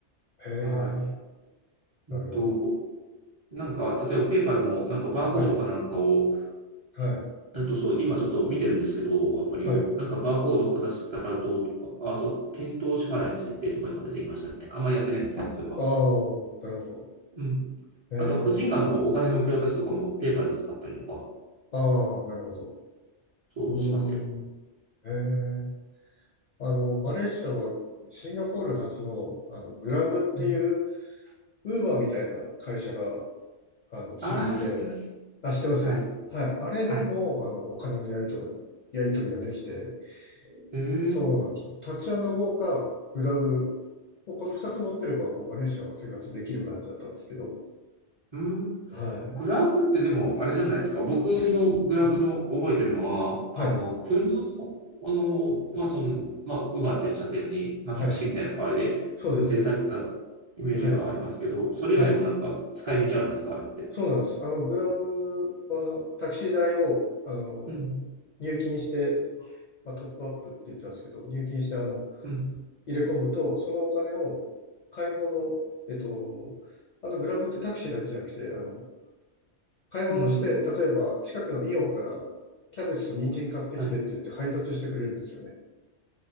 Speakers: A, on the left (about 55°); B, on the right (about 40°).
A: へえ、
B: は
A: なるほど。
B: い。うんと、なんか、例えばペイパルもなんかバーコードかなんかを
A: はい、はい、
B: えっと、そう、今ちょっと見てるんですけど、アプリを。
A: はい。
B: なんかバーコードかざしたらどうとか、あ、そう、店頭支払いの設定とか今出てきましたね。あんまやってないんですけど、それは。
A: ああ、なるほど。
B: うん。
A: へえ。
B: あとは個人間のお金の受け渡しとかもペーパル使ったりとか、
A: ああ、なるほど。
B: そうしますよ。
A: うーん。ええ。あの、マレーシアはシンガポール発の、あの、グラブっていう、
B: うん。
A: ウーバーみたいな会社が、あの、主流で、
B: ああ、知ってます。
A: あ、知ってますはい。
B: はい。
A: あれでも、
B: はい。
A: あの、お金のやりとか、やり取りができて、
B: へえ。
A: そうなんですよ。タッチゴーか、グラブ、もうこの二つ持ってれば、もうマレーシアは生活できる感じだったんですけど、
B: うん。
A: はい。
B: グラブってでも、あれじゃないですか。僕のグラブの覚えてるのは、
A: はい。
B: あの、車を、あの、まあ、その、まあ、ウバーっておっしゃったように、まあ、
A: はい。
B: タクシーみたいな代わりで運転されてたイメージがありますけど、
A: そうです。はい。
B: それ以外もなんか使い道あるんですか、
A: はい。
B: あれって。
A: そうなんです。あの、グラブは、あの、タクシー代を、あの、
B: うん、
A: 入金して、まあ、トップアップって言ってたんですけど、入金して、あの、
B: うん、
A: 入れ込むと、そのお金を買い物、えっと、あの、グラブってタクシーだけじゃなくて、あの、買い物して、
B: うん、
A: 例えば、近くのイオンから、キャベツと人参買ってきてって言って配達してくれるんですよね。
B: はい。